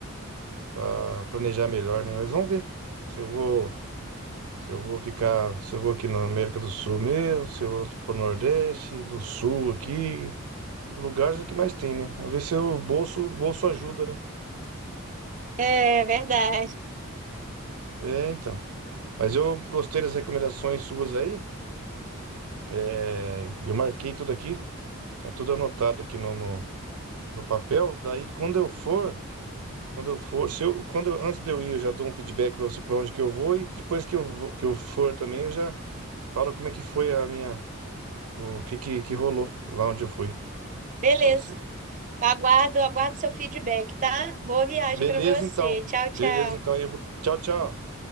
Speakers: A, on the right; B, on the right.
A: pra planejar melhor, né? Mas vamos ver se eu vou. Se eu vou ficar, se eu vou aqui na América do Sul mesmo, se eu vou pro Nordeste, do Sul aqui, lugares é o que mais tem, né? Vamos ver se o bolso, bolso ajuda, né?
B: É verdade.
A: É, então. Mas eu gostei das recomendações suas aí. É, eu marquei tudo aqui, tá tudo anotado aqui no, no, no papel. Daí quando eu for, quando eu for, se eu, quando eu- antes de eu ir, eu já dou um feedback para você para onde que eu vou e depois que eu vou, que eu for também, eu já falo como é que foi a minha, o que que, que rolou lá onde eu fui
B: Beleza.
A: para você.
B: Aguardo, aguardo seu feedback, tá? Boa viagem
A: Beleza,
B: para você.
A: então.
B: Tchau,
A: Beleza,
B: tchau.
A: então. aí Eu vou... Tchau, tchau.